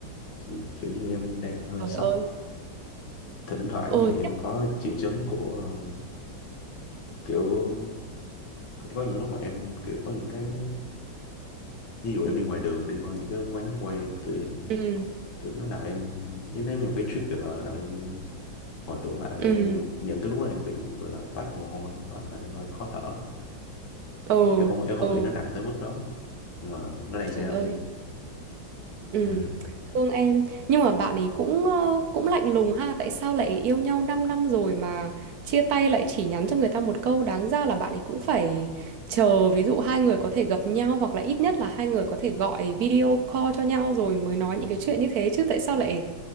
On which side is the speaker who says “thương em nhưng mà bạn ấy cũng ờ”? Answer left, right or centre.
Right